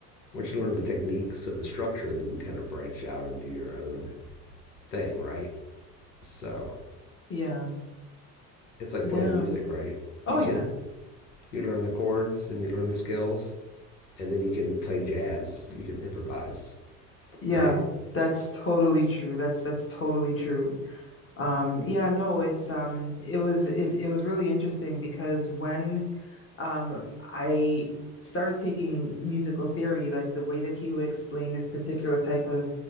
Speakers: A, on the left; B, on the left.
A: once you learn the techniques of the structure, then you can kind of branch out and do your own thing, right? So
B: yeah
A: it's like
B: yeah
A: playing music, right?
B: oh
A: You
B: yeah
A: can you learn the chords and you learn the skills and then you can play jazz. You can improvise,
B: yeah
A: right?
B: that's totally true that's that's totally true Um, yeah, no, it's um it was it, it was really interesting because when um I started taking musical theory, like the way that he would explain this particular type of